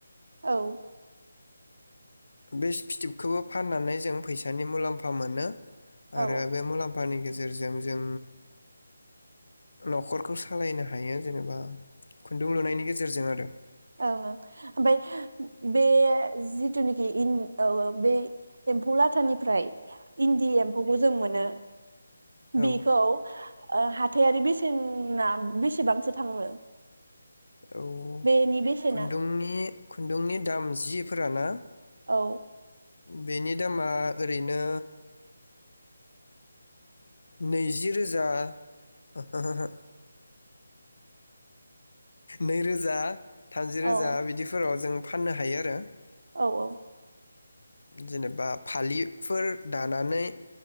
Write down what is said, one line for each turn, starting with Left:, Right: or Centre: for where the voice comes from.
Right: औ
Left: बे फिथोबखौबो फाननानै जों फैसानि मुलाम्फा मोनो
Right: औ
Left: आरो
Right: औ
Left: बे मुला फानि गेजेरजों जों न'खरखौ सालायनो हायो जेनेबा खुन्दुं लुनायनि गेजेरजों आरो
Right: ओं ओं ओमाय बे जिथुनिखि इन औ औ बे एम्फौ लाथानिफ्राय इन्दि एम्फौखौ जों मोनो
Left: औ
Right: बेखौ ओ हाथायारि बेसेन ना बेसेबांसो थाङो
Left: औ
Right: बेनि बेसेना
Left: खुन्दुंनि खुन्दुंनि दाम जिफोरा ना
Right: औ
Left: बेनि दामा ओरैनो नैजि रोजा <unintelligible> नै रोजा थामजि
Right: औ
Left: रोजा बिदिफोराव जों फाननो हायो आरो
Right: औ औ
Left: जेनेबा फालिफोर दानानै